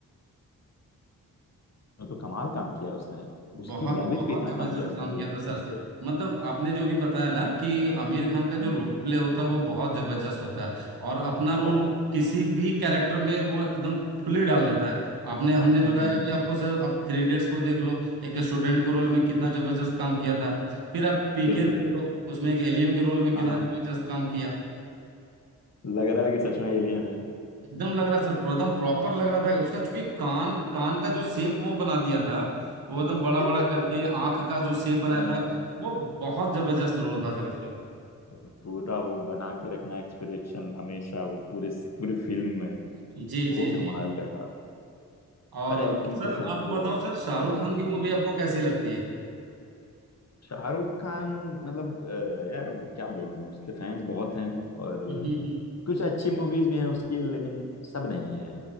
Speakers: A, on the left; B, on the right.
A: वो तो कमाल काम किया उसने उसकी
B: बहुत
A: लैंग्वेज
B: बहुत
A: पे इतना
B: जबरदस्त
A: काम किया उसने
B: काम
A: वो
B: किया था सर
A: उससे
B: मतलब आपने जो भी बताया ना कि आमिर खान का
A: हम्म
B: जो रोल प्ले होता है वो बहुत जबरदस्त होता है और अपना रोल
A: बहुत
B: किसी भी कैरेक्टर में वो एकदम फुली डाल देता है आपने हमने बताया
A: हम्म हम्म
B: अभी
A: हम्म
B: आपको सर आप थ्री इडियट्स को देख लो एक स्टूडेंट के रोल में कितना जबरदस्त काम किया था फिर आप पीके
A: बिल्कुल
B: देख
A: बिल्कुल
B: लो उसमें एक एलियन के रोल में कितना
A: हाँ
B: जबरदस्त काम किया
A: लग रहा है कि सच में एलियन है
B: एकदम लग रहा सर एकदम प्रॉपर लग रहा था उसका चूंकि कान कान का जो शेप वो बना दिया था वो एकदम बड़ा बड़ा
A: <laughs>
B: करके आंख का जो शेप बनाया
A: हाँ
B: था वो बहुत जबरदस्त रोल था सर उसका
A: पूरा वो बना के रखना एक्सपिरेशन हमेशा वो पूरे पूरी फिल्म में
B: जी
A: वो
B: जी
A: कमाल
B: जी
A: का था
B: और
A: पर एक्टिंग
B: सर
A: तो खैर
B: आप
A: वो
B: बताओ सर शाहरुख
A: कहता
B: खान
A: ही
B: की
A: कमाल
B: मूवी आपको कैसी लगती है
A: शाहरुख खान मतलब अ, यार क्या बोलूं मैं उसके फैंस बहुत हैं और
B: <laughs>
A: कुछ अच्छी मूवीज भी हैं उसकी लेकिन सब नहीं है